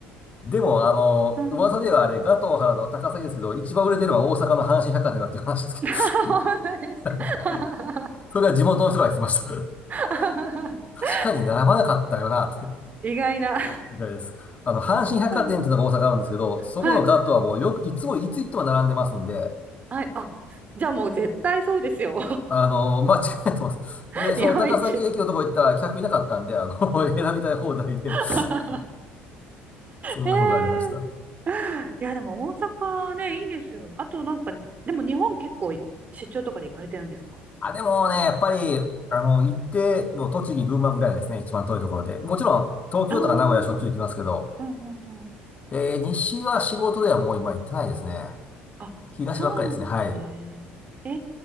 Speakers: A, on the left; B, on the right.
A: でも、あの、
B: うん。
A: 噂ではあれ、ガトーハード高崎ですけど、一番売れてるのは大阪の阪神百貨店だっていう話ですけど。
B: <laughs> 本当ですか
A: <laughs> はいそれは地元の人から聞きました。<laughs>
B: <laughs>
A: 確かに並ばなかったよな、って。
B: 意外な。
A: 意外です。あの、阪神百貨店っていうのが大阪あるんですけど、
B: うん
A: そこのガットはもうよく、
B: はい。
A: いつも、いつ行っても並んでますんで、
B: はい。あ、じゃあもう絶対そうですよ。
A: あの間違いないと思います。
B: <laughs>
A: で、その高崎駅のとこ行ったら客いなかったんで、
B: 日本一。
A: あの <laughs> 選びたい放題で、
B: <laughs>
A: <laughs> そんなことありました。
B: ええいや、でも大阪ね、いいですよね。あとなんか、でも日本結構出張とかで行かれてるんですか
A: あ、でもね、やっぱり、あの、行って、もう栃木、群馬ぐらいですね、一番遠いところで。もちろん、東京とか名古屋はしょっちゅう行きますけど、
B: ああー、うんうん
A: えー西は仕事ではもう今行ってないですね。
B: あ、
A: 東ばっかりですね。
B: そうなんですね。
A: はい。
B: え